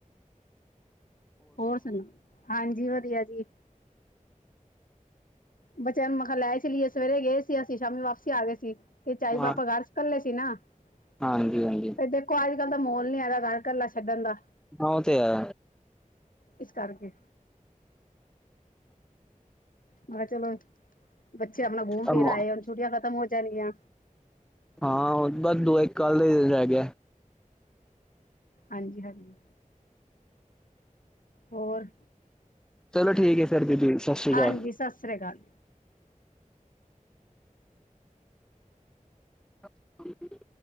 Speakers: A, on the left; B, in the centre.
A: ਹੋਰ ਸੁਣਾਓ ਹਾਂਜੀ ਵਧੀਆ ਜੀ। ਬੱਚਿਆਂ ਨੂੰ ਮਖਾ ਲੈ ਚਲੀਏ ਸਵੇਰੇ ਗਏ ਸੀ ਅਸੀਂ ਸ਼ਾਮੀ ਵਾਪਸੀ ਆ ਗਏ ਸੀ। ਫਿਰ ਚਾਈ
B: ਹਾਂ
A: ਪਾਪਾ ਘਰ ਇਕੱਲੇ ਸੀ ਨਾ। ਤੇ
B: ਹਾਂਜੀ ਹਾਂਜੀ
A: ਕਿਉਂਕਿ ਅੱਜ ਕੱਲ ਦਾ ਮੋਲ ਨੀ ਹੈਗਾ ਘਰ ਕਲਾ ਛੱਡਣ ਦਾ।
B: ਹਾ ਉਹ ਤੇ ਆ।
A: ਇਸ ਕਰਕੇ। ਮੈਂ ਕਿਹਾ ਚਲੋ ਬੱਚੇ ਆਪਣਾ ਘੁੰਮ ਫਿਰ
B: ਹਮ
A: ਆਏ ਹੁਣ ਛੁੱਟੀਆਂ ਖਤਮ ਹੋ ਜਾਣਗੀਆਂ।
B: ਹਾਂ ਬੱਸ ਦੁ ਇੱਕ ਕੱਲ ਦਾ ਹੀ ਦਿਨ ਰੈ ਗਿਆ।
A: ਹਾਂਜੀ- ਹਾਂਜੀ। ਹੋਰ,
B: ਚਲੋ ਠੀਕ ਹੈ ਫਿਰ ਦੀਦੀ ਸਤਿ ਸ਼੍ਰੀ
A: ਹਾਂਜੀ,
B: ਅਕਾਲ
A: ਸਤਿ ਸ੍ਰੀ ਅਕਾਲ।
B: <inaudible>